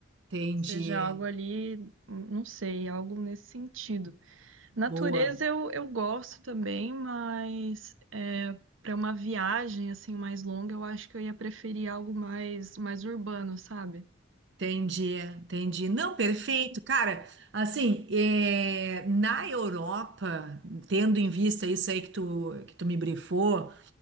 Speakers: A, on the right; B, on the right.
A: entendi.
B: Seja algo ali, não sei, algo nesse sentido. Natureza
A: Boa.
B: eu, eu gosto também, mas é, para uma viagem assim mais longa, eu acho que eu ia preferir algo mais, mais urbano, sabe?
A: Entendi, entendi. Não, perfeito. Cara, assim, é, na Europa, tendo em vista isso aí que tu, que tu me brifou,